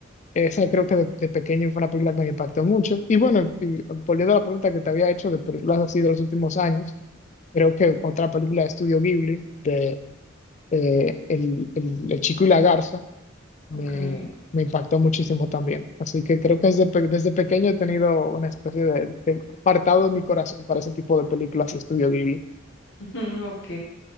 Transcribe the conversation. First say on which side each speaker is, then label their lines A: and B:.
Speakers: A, on the left; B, on the left.
A: esa creo que de, de pequeño fue una película que me impactó mucho. Y bueno, y volviendo a la pregunta que te había hecho de películas así de los últimos años, creo que otra película de Estudio Ghibli, de eh, el, el, El Chico y la Garza, me,
B: ok. <laughs>
A: me impactó muchísimo también. Así que creo que desde, pe- desde pequeño he tenido una especie de, de apartado en mi corazón para ese tipo de películas de Estudio Ghibli.
B: Ujú, Ok,